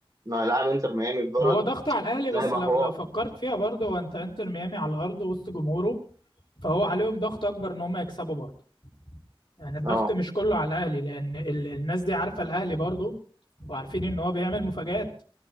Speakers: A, on the right (about 40°); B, on the left (about 60°).
A: انه هيلاعب انتر ميامي في بلده
B: ما هو ضغط على الاهلي
A: ده
B: بس
A: هيبقى
B: لو
A: حوار
B: لو فكرت فيها برضه هو انت انتر ميامي على الارض وسط جمهوره فهو عليهم ضغط اكبر ان هما يكسبوا برضه يعني الضغط
A: اه
B: مش كله على الاهلي لان ال- الناس دي عارفة الاهلي برضه وعارفين ان هو بيعمل مفاجآت